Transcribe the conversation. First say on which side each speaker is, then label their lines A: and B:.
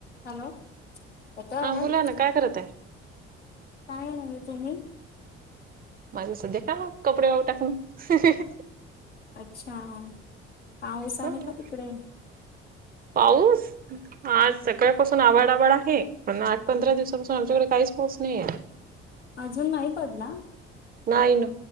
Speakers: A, on the left; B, on the right.
A: Hello होता
B: हा
A: आमज
B: बोला ना काय करत आहे
A: काय होच म
B: माझे सध्या का कपडे वाव टाकणं
A: अच्छा पाऊस आहे
B: ह
A: का तिकडे
B: पाऊस आज सकाळपासून आवड आवाड आहे प आठ पंधरा दिवसापासून आमच्याकडे काहीच पोच नाहीे
A: अजून माही पडला
B: नाही ना